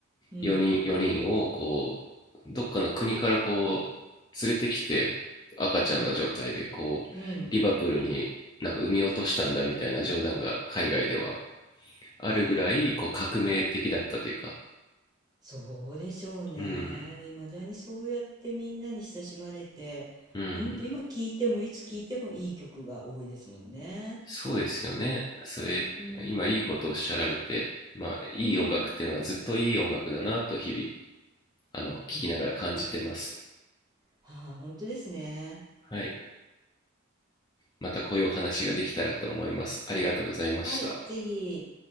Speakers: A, on the right; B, on the left.
A: うん。
B: 4人 ,4 人をこうどっかの国からこう連れてきて赤ちゃんの状態でこうリバプールになんか産み落としたんだみたいな冗談が海外では
A: うん。うん。
B: あるぐらいこう革命的だったというか
A: ああ、そうでしょうね。
B: うん
A: で、未だにそうやってみんなに親しまれて、
B: うん
A: ほんと今聴いてもいつ聴いてもいい曲が多いですもんね。
B: そうですよねそれ今いいことをおっしゃられてまあいい音楽っていうのはずっといい音楽だなと日々
A: うん。うん。
B: あの聞きながら感じてます
A: うんああ、本当ですね。
B: はい。またこういうお話ができたらと思います。ありがとうございました。
A: はい、ぜひ。